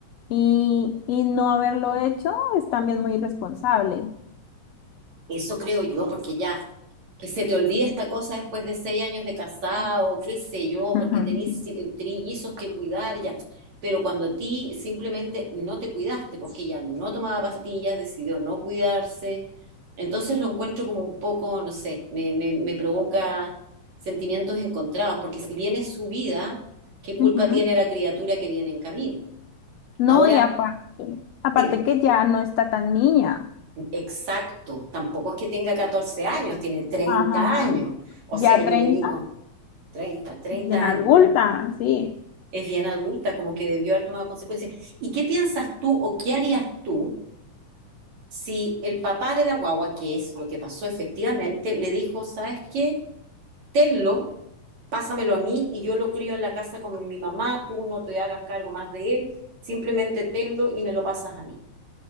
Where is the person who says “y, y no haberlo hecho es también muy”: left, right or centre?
Left